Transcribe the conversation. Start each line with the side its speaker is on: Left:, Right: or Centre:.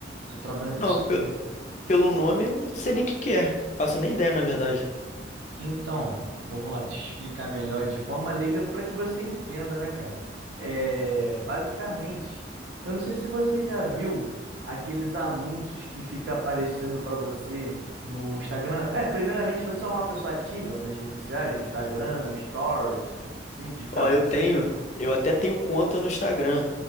Right: Tô trabalhando com
Left: Não,
Right: isso
Left: pe-
Right: aí.
Left: pelo nome, eu não sei nem o que que é. Faço nem ideia, na verdade.
Right: Então, vamos lá, deixa eu explicar melhor de forma leiga para que você entenda, né, cara? É, basicamente, eu não sei se você já viu aqueles anúncios que fica aparecendo para você no Instagram. É, primeiramente, você é uma pessoa ativa nas redes sociais, no Instagram, Stories, sim, de ficar
Left: Ó, eu tenho, eu até tenho conta no Instagram.